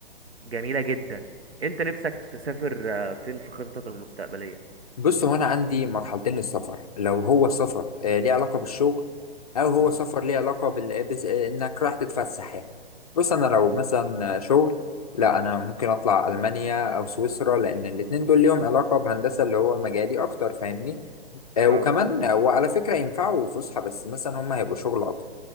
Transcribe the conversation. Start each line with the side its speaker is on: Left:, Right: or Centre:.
Right: جميلة جدا انت نفسك تسافر آه، فين في خطتك المستقبلية
Left: بص هو انا عندي مرحلتين للسفر لو هو سفر آه ليه علاقه بالشغل او هو
Right: اه
Left: سفر ليه علاقه بال... بس... آه انك رايح تتفسح يعني بص انا لو مثلا آه، شغل لا انا ممكن اطلع المانيا او سويسرا لان الاتنين دول ليهم علاقه بهندسه اللي هو مجالي اكتر فاهمني آه وكمان
Right: اه
Left: آه، وعلى فكره ينفعوا فسحه بس مثلا هم هيبقوا شغل اكتر